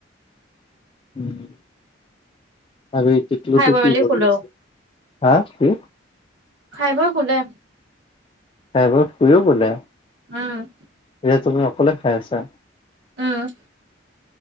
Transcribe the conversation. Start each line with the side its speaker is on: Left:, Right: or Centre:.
Left: উম' আৰু এই তৃতীয়টো
Right: খাই বৈ
Left: কি
Right: মেলি
Left: কৰি
Right: শুলো।
Left: আছে? হা কি?
Right: খাই বৈ শুলে।
Left: খাই বৈ শুইয়ে গ'লে।
Right: উম।
Left: এতিয়া তুমি অকলে খাই আছা?
Right: উম।